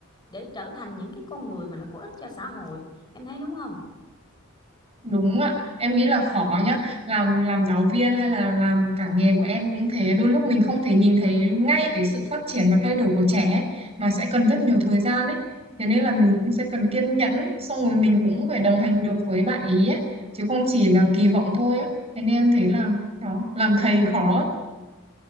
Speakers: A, on the left; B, on the right.
A: để trở thành những cái con người mà nó có ích cho xã hội. Em thấy đúng không?
B: đúng ạ em nghĩ là khó nhá làm làm giáo viên hay là làm cả nghề của em cũng thế đôi lúc mình không thể nhìn thấy ngay cái sự phát triển và thay đổi của trẻ ấy, mà sẽ cần rất nhiều thời gian ấy thế nên là mình cũng sẽ cần kiên nhẫn xong rồi mình cũng phải đồng hành được với bạn ý ấy. chứ không chỉ là kỳ vọng thôi ấy. thế nên em thấy là đó làm thầy khó